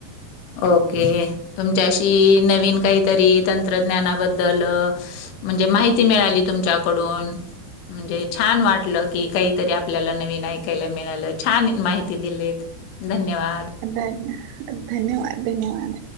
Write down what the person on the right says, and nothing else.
धन्य धन्यवाद धन्यवाद.